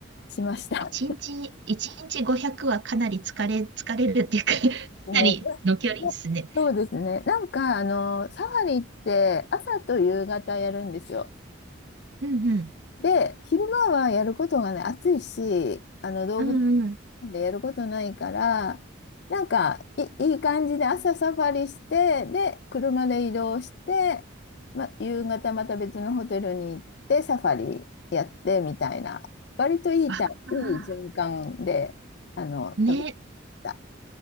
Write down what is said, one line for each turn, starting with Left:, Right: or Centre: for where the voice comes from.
Left: しました。
Right: 1日、一日500はかなり疲れ、疲れるっていうか <laughs> か
Left: そうですね。
Right: なりの距離ですね。
Left: ままそうですね。なんか、あのー、サファリって朝と夕方やるんですよ。
Right: うんうん。
Left: で、昼間はやることがね、暑いし、あの動物
Right: うんうん。
Left: 園でやることないから、なんかい、いい感じで朝サファリして、で、車で移動して、ま、夕方また別のホテルに行ってサファリやってみたいな、割といいたいい循環で、
Right: ああ、
Left: あの、
Right: ね、
Left: 食べてた。